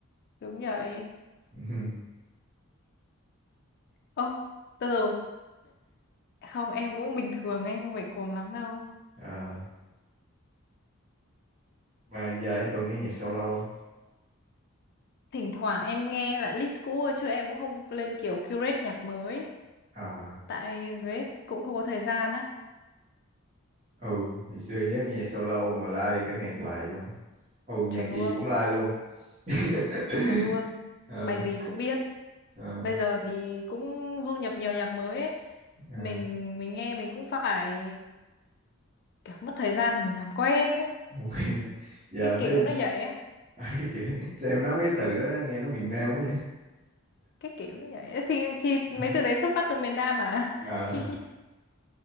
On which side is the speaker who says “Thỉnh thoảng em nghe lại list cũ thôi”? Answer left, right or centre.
Left